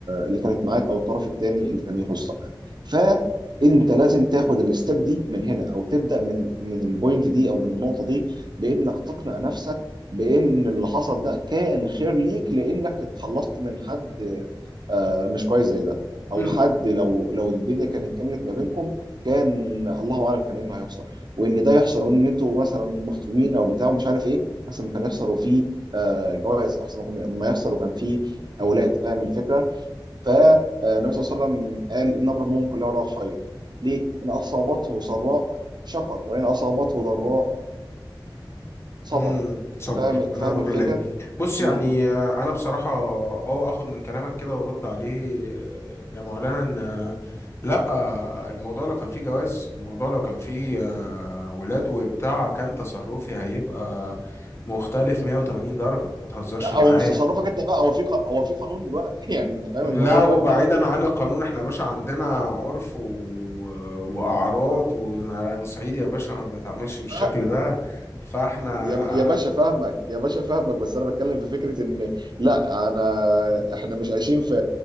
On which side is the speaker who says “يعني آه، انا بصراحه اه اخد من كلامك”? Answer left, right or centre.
Left